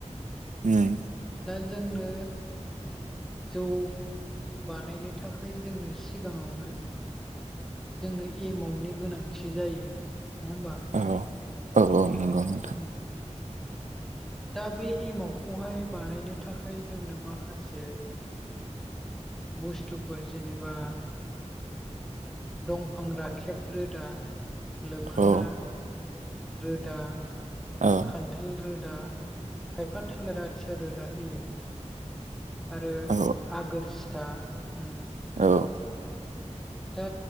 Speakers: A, on the right (about 85°); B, in the centre.
A: उम
B: दा जोंनो जौ बानायनो थाखाय जोंनो सिगाङावनो जोंनो एमावनि गोनांथि जायो नङा होमबा
A: औ औ औ नंगौ नोंथां
B: उम दा बे एमावखौहाय बानायनो थाखाय जोंनो माखासे बुस्थुफोर जेनेबा दंफां राखेब रोदा लोखोना
A: औ
B: रोदा
A: औ
B: खान्थाल रोदा खायफा थालिर आथिया रोदा होयो आरो
A: औ
B: आगोर सिथा उम
A: औ
B: दा